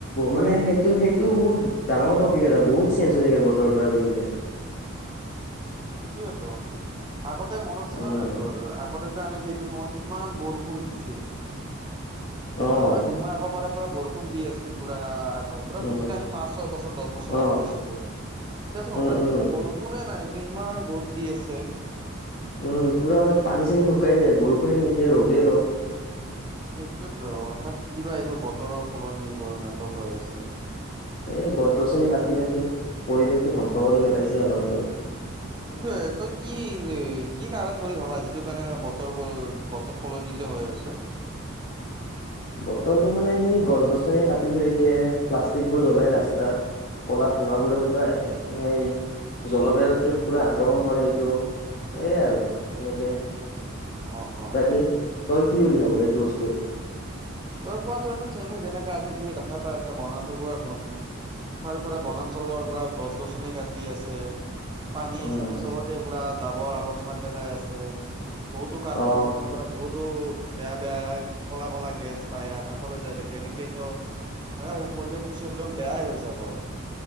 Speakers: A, on the left; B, on the right.
A: মানে সেই সেইটো সেইটো বহুত ডাঙৰ টপিক এটা বহুত চেঞ্জ হৈ থাকে বতৰটো আজিকালি।
B: সেইটোয়েতো, আগতে মনত আছে
A: উম,
B: নে নাই তোৰ আগতে যে আমি যে এইটো সময়ত কিমান বৰষুণ দিছিল।
A: অ',
B: এইটো নহয় দুইমাহ আগৰ পৰা পুৰা বৰষুণ দি আছিল পুৰা
A: উম,
B: যেতিয়া আমি পাচ ছয় বছৰ দহ বছৰ
A: অ',
B: আগত আছিলো এতিয়াচুন
A: উম,
B: হঠাৎ
A: উম।
B: এইখিনি বৰষুণে নাই ইমান ৰ'দ দি আছে।
A: উম, পুৰা মানে পানী চানী শুকাই যায়, বৰষুণে নিদিয়ে ৰ'দে ৰ'দ।
B: সেইটোয়েটো হঠাৎ কিবা এইবোৰ বতৰৰ সলনি এইবোৰ নাটক হৈ আছে।
A: এই গছ -গছনি কাটি কাটি পৰিৱেশটো ধ্বংস কৰি পেলাইছে। অলপ অলপ।
B: উ সেইটোয়ে তই কি
A: উম।
B: কি কাৰণ বুলি ভাবা যিটো কাৰণে এ বতৰ বতৰ সলনি যে হৈ আছে।
A: বতৰটো মানে সেই গছ গছনিয়ে কাটি থৈ দিয়ে, প্লাষ্টিক বোৰ জ্বলাই ৰাস্তাত কলা ধোঁৱাবোৰে পুৰা সেই জলবায়ুটো পুৰা আক্ৰমণ কৰে সেইটো সেয়ে আৰু এনেকে
B: অ', অ'।
A: বাকি তই কি বুলি ভাব সেইটো বস্তুত?
B: তই কোৱা ধৰণে চেম যেনেকা আজিকালি দেখা পাই আছা, বনাঞ্চল পুৰা ধন <unintelligible> চাৰিওফালে বনাঞ্চলৰ পৰা গছ গছনি কাটি আছে। পানী
A: উম
B: চানী চবতে পুৰা জাৱৰ আৱৰ্জনা পেলাই আছে। বহুতো কাৰখানা
A: অ
B: চাৰখানাৰ পৰা বহুতো বেয়া বেয়া কলা কলা গেছ বাই আকাশলৈ যাই থাকে। এনেকে ত তাকে হৈছে পৰিৱেশটো চোন একদম বেয়াই হৈ যাব।